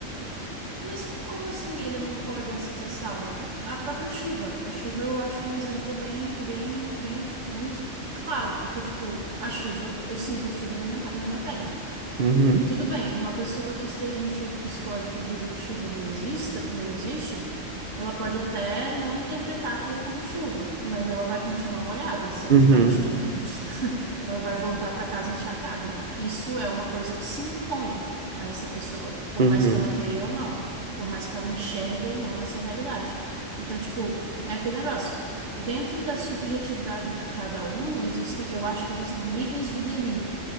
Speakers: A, on the right; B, on the right.
A: Mas como assim ele não pode acessá-la? A própria chuva. A chuva eu acho um exemplo bem, bem, bem, bem claro, porque, tipo, a chuva, eu sinto a chuva na minha, na minha pele.
B: Uhum,
A: E tudo bem, uma pessoa que esteja em um surto psicótico e diga que chuva não exista, não existe, ela pode até não interpretar aquilo como chuva, mas ela vai continuar molhada se ela
B: uhum,
A: ficar na chuva. <laughs> Ela vai voltar para casa encharcada. Isso é uma coisa que se impõe a essa pessoa, por
B: uhum,
A: mais que ela creia ou não, por mais que ela enxergue ou não essa realidade. Então, tipo, é aquele negócio. Dentro da subjetividade de cada um, existem, eu acho que existem níveis de delírio.